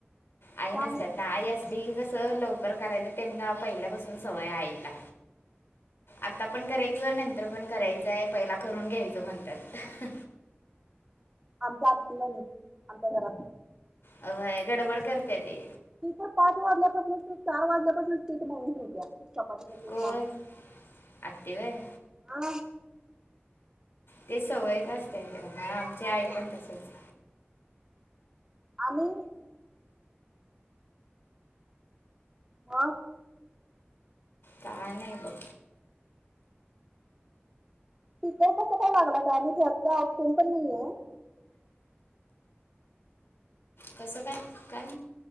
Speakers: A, on the right (about 20°); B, on the left (about 70°).
A: का
B: आई नसतात
A: म्हणते
B: ना आई असते कसं लवकर करायचं त्यांनां पहिल्यापासून सवय आईला आता पणं करायचं नंतर पणं करायचंय पहिला करून घ्यायचं म्हणतात
A: आमच्या आत्ती आली आमच्या घरांत
B: होय गडबड
A: तर
B: करते ती
A: दूपार पांच वाजल्यापासूनच ते चार वाजल्यापासूनच पिठ हळूत ठेवतात चपातीचा पीठ
B: कोण
A: मळून
B: आत्तीवर
A: हा
B: ते सवयीचं असतय त्यांना आमच्या आई पणं तसाच-
A: आणि ब
B: काय नाहीं बघ
A: टीचर कसं काय लागला का म्हणजे आत्ता ऑप्शन्स पणं नाहीं आहेंत न
B: कसं काय काय